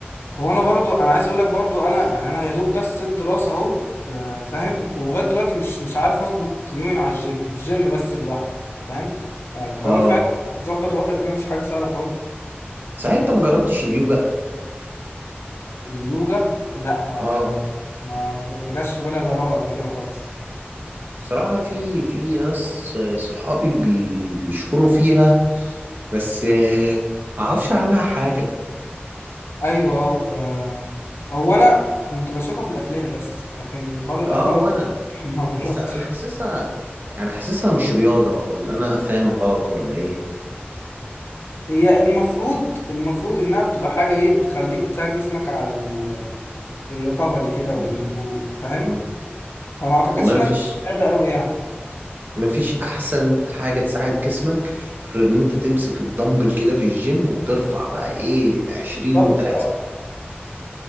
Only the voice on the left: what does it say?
هو انا برضو انا عايز اقول لك برضو انا يعني انا يا دوب بس الدراسه اهو آه، فاهم ولغايه دلوقتي مش مش عارف اظبط يومي مع الجيم الجيم بس لوحده فاهم فالحوار
فعلا تظبط وقتك ده مش حاجه سهله خالص
اليوجا لا
آه، ما ما جاش في بالي اجربها قبل كده خالص
ايوه آه، هو انا كنت بشوفها في الافلام بس لكن بره الافلام
<laughs> ما
جربتش
هي المفروض المفروض انها بتبقى حاجه ايه بتخليك بتساعد جسمك على ال- الريكفري كده والهدوء
فاهم
فما اعتقدش
انها
بتبقى رياضه قوي يعني
صح
آه.